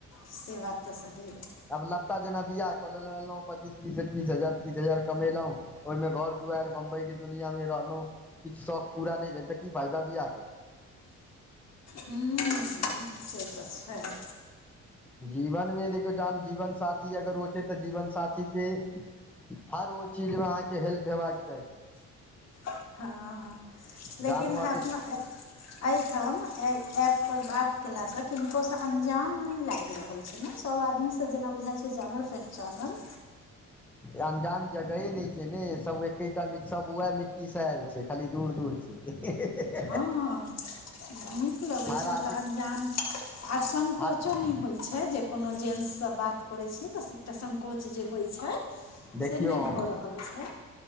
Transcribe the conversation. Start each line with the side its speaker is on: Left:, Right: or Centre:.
Left: से बात तऽ सही अय।
Centre: आब लत्ता जेना बियाह कऽ लेलहु एनलहुँ, पच्चीस -तीस-तीस हजार तीस हजार कमेलहुँ। ओहि में घर दुआरि बंम्बाई के दुनिआँमे रहलहुँ, किछु शौक पूरा नहि भेल तऽ की फायदा बियाह कऽ के।
Left: हुं से तऽ छैय।
Centre: जीवन में देखियौ जहन जीवन साथी अगर हो छै, तऽ जीवन साथी के हर ओ चीज में अहाँके हेल्प हेबाक चाही।
Left: हँ - हँ लेकिन
Centre: जहन ओ अहाँके
Left: अपना एहिठाम एहि ऐप पर बात केला सँ किनको सँ अन्जान नहि लागि रहल छैय ने, सब आदमी सँ जेना बुझाइ छैय जानल पहचानल।
Centre: अनजान जगहे नहि छैय ने, सब एकेटा सब उएह मिट्टी से आयल छै खाली दूर- दूर छै। ह
Left: हांऽ। नीक लगैत
Centre: हर
Left: छै,
Centre: आदमी
Left: मतलब अन्जान आर संकोचो
Centre: हर
Left: नै होइत छै जे कोनो जेन्ट्स सँ बात करै छीय तऽ एकटा सङ्कोच जे होइ छै,
Centre: देखियौ
Left: से नहि
Centre: हम
Left: भऽ रहल हल छैय।